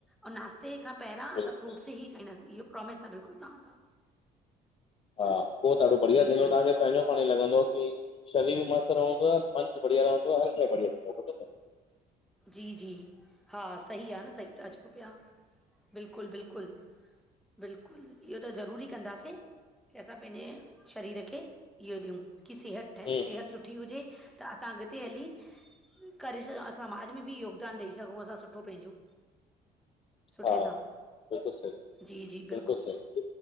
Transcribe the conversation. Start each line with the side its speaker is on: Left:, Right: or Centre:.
Centre: ऐं नाश्ते खां पैंरां
Left: बिल्कुलु
Centre: असां फ्रूट्स ई खाईंदासीं इयो प्रोमिस आ बिल्कुल तांसां।
Left: हा पो ॾाढो बढ़िया
Centre: बिल्कुलु
Left: थींदो तांखे पैंजो पाणे ई लॻंदो की शरीर ॿि मस्त रहंदो आ मन ॿि ॿढिया रहंदो आ हर शइ बढिया रहंदी आ समझो ता।
Centre: जी-जी हा सही आ न सही त चयो पया बिल्कुल-बिल्कुल। बिल्कुल इयो त ज़रूरी कंदासीं। की असां पैंॼे शरीर खे इयो ॾियूं की सेहत ठये
Left: हम्म
Centre: सेहत सुठी हुजे त असां अॻते हली करे सघ समाज में ॿि योगदान ॾेई सघूं असां सुठो पैंॼो। सुठे
Left: हा
Centre: सां
Left: बिल्कुलु सही
Centre: जी-जी
Left: बिल्कुलु
Centre: बिल्कुल।
Left: सही